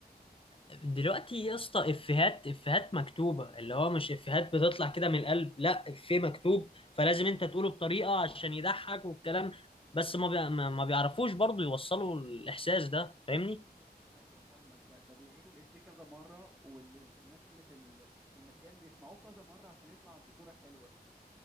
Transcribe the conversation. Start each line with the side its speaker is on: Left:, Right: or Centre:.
Left: دلوقتي يا اسطى افيهات افيهات مكتوبة اللي هو مش افيهات بتطلع كده من القلب لا افيه مكتوب فلازم انت تقوله بطريقة عشان يضحك والكلام بس ما بي... ما ما بيعرفوش برضو يوصلوا الاحساس ده فاهمني
Centre: ايوه فاهمك ده ده بيعيدوا الافيه كذا مره واللي في الناس اللي في ال... في المكان بيسمعوه كذا مره عشان يطلع بصوره حلوه